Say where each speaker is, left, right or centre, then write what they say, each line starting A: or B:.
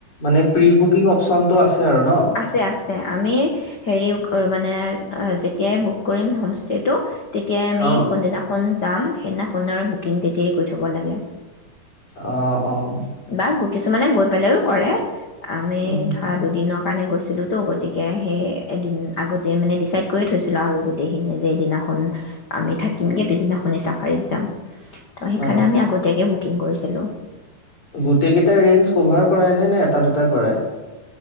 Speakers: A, on the left; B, on the left.
A: মানে প্ৰি অপচনটো আৰু আছে ন
B: আছে আছে আমি হেৰি মানে যেতিয়াই বুক কৰিম হোম ষ্টেটো তেতিয়াই আমি
A: অ
B: কোন দিনাখন যাম সেইদিনাখন আ বুকিং তেতিয়াই কৰি থ'ব লাগে
A: অহ অহ
B: বা কিছুমানে গৈ পেলাইও কৰে আমি
A: উম
B: ধৰা দুদিনক কাৰণে গৈছিলোঁতো গতিকে সেই এদিন আগতে মানে ডিচাইড কৰি থৈছিলোঁ আৰু গোটেইখিনিয়ে যে এইদিনাখন আমি থাকিমগে পিছদিনাখনেই চাফাৰীত যাম ত সেইকাণে
A: অ
B: আমি আগতীয়াকে বুক বুকিং কৰিছিলোঁ
A: গোটেইকেইটা ৰেঞ্জ কভাৰ কৰাইনে নে এটা দুটা কৰায়